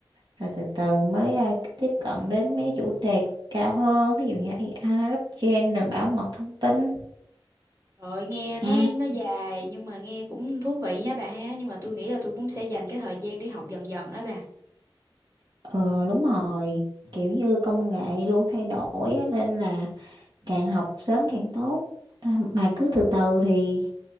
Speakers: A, on the right; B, on the right.
A: rồi từ từ mới à, tiếp cận đến mấy cái chủ đề cao hơn ví dụ như AI blockchain rồi bảo mật thông tin
B: Rồi nghe
A: ừ.
B: nó nó dài nhưng mà nghe cũng thú vị ha bà ha, nhưng mà tôi nghĩ là tôi cũng sẽ dành cái thời gian để học dần dần á bà.
A: ờ đúng rồi kiểu như công nghệ luôn thay đổi á, nên là càng học sớm càng tốt Ra- mà cứ từ từ thì